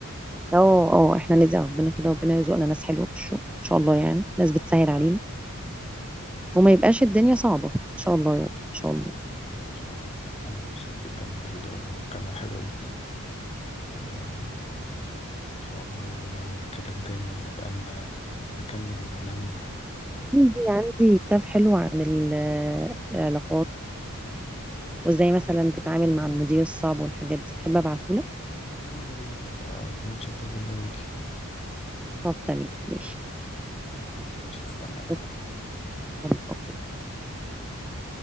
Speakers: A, in the centre; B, on the left.
A: اه احنا نرزق ربنا كده ربنا يرزقنا ناس حلوه في الشغل ان شاء الله يعني ناس بتسهل
B: يعني يا
A: علينا
B: رب
A: وما يبقاش الدنيا صعبه ان شاء الله يا رب ان شاء الله
B: إن شاء الله أنا مبسوط جدا بالمكالمة الحلوة دي وإن شاء الله يعني نتكلم تاني نبقى ن- نكمل نميمة
A: عندي عندي كتاب حلو عن ال- العلاقات وازاي مثلا تتعامل مع المدير الصعب والحاجات دي تحب ابعتهولك
B: اه يا ريت آه، كنت متشكر جدا ليك
A: طب تمام ماشي
B: خلاص مش هستناك بقى
A: اوكي تمام.
B: باي باي